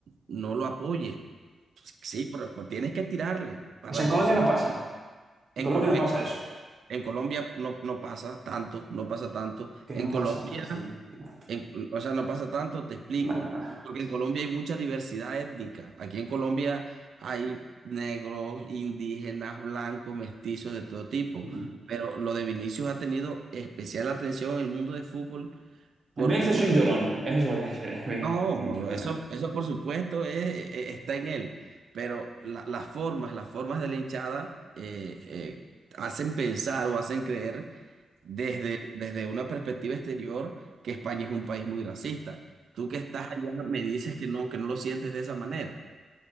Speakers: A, on the right; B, on the right.
A: no lo apoyes. pues, Sí, pero, pues, tienes que tirarle para
B: O sea,
A: desconcentrarlo.
B: en Colombia no pasa.
A: En,
B: En Colombia
A: Colo-
B: no
A: en-
B: pasa eso.
A: en Colombia no, no pasa tanto, no pasa tanto.
B: Que
A: En
B: no
A: Colombia,
B: pasa tan, sí. Bueno,
A: en- o sea, no pasa tanto, te explico,
B: bueno, bueno,
A: porque
B: sí.
A: en Colombia hay mucha diversidad étnica. Aquí en Colombia hay negros, indígenas, blancos, mestizos de todo tipo.
B: Ujú.
A: Pero lo de Vinicius ha tenido especial atención en el mundo del fútbol porque
B: En Venecia es
A: una
B: un llorón. Es lo que es. <laughs> Es
A: No,
B: un llorón.
A: eso, eso por supuesto es- e- está en él, pero la- las formas, las formas de la hinchada eh, eh, hacen pensar o hacen creer desde, desde una perspectiva exterior que España es un país muy racista. Tú que estás allá me dices que no, que no lo sientes de esa manera.